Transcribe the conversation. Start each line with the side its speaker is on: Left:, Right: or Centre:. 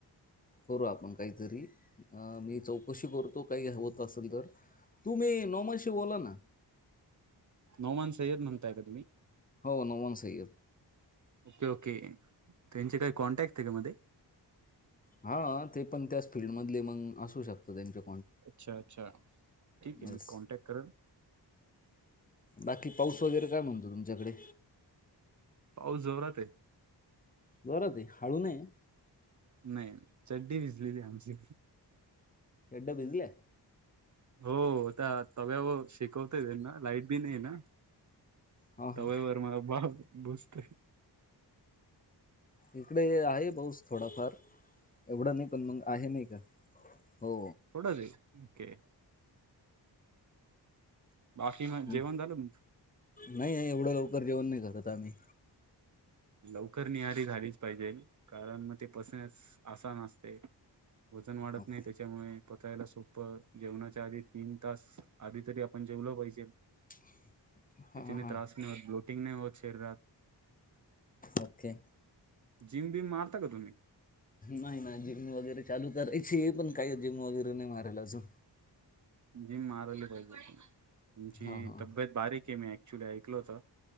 Left: करू आपण काहीतरी, मी चौकशी करतो काही होत असेल तर तुम्ही नोमाशी बोला ना.
Right: नोमान सय्यद म्हणताय का तुम्ही?
Left: हो नोमान सय्यद.
Right: Okay okay. त्यांचे काही कॉन्टॅक्ट आहे का मध्ये.
Left: हा ते पण त्याच फील्ड मधले, मग असू शकत त्यांच्या
Right: अच्छा अच्छा ठीक आहे,
Left: येस.
Right: मी कॉन्टॅक्ट करनं.
Left: बाकी पाऊस वगैरे काय म्हणतो तुमच्याकडे?
Right: पाऊस जोरात हाय.
Left: जोरात हाय, हाळू नाहीय?
Right: नाही, चड्डी भिजलेली आमची.
Left: चड्ड्या भिजल्या?
Right: हो, त्या तव्यावर शेकवतय त्यांना, लाईट बी नाही ना,
Left: हां हां
Right: तव्यावर माझा बाप बसते.
Left: इकडे आहे पाऊस थोडाफार, एवढं नाही पण मग आहे नाही का. हो
Right: थोडाचं हे, ओके. बाकी मग
Left: हम्,
Right: जेवण झालं
Left: नाही एवढ्या लवकर जेवण नाही करत आम्ही.
Right: लवकर न्याहरी झालीच पाहिजे, कारण मग ते पचण्यास आसान असते. वजन वाढत
Left: ओके
Right: नाही त्याच्यामुळे. पचायला सोपं, जेवणाच्या आधी तीन तास आधी तरी आपण जेवलं पाहिजे.
Left: <inaudible>
Right: कि तेनी
Left: हां
Right: त्रास नाही होत ब्लोटिंग नाही होतं शरीरात.
Left: ओके.
Right: जिम बिम मारता का तुम्ही
Left: नाही नाही जिमनी वगैरे चालू करायची पण काय जिम वगैरे नाही मारायला अजून.
Right: जिम मारायला पाहिजे. तुमची
Left: हां हां
Right: तब्येत बारीक आहे मी ऐक चुड ऐकल होत.